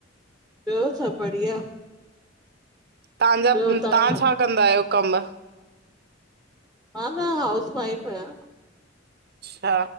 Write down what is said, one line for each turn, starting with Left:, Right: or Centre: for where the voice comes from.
Centre: ॿियो सभु बढ़िया।
Right: तांजा,
Centre: ॿियो तव्हांजो
Right: तव्हां छा कंदा आयो कमु?
Centre: मां त हाउस वाइफ आहियां।
Right: अच्छा।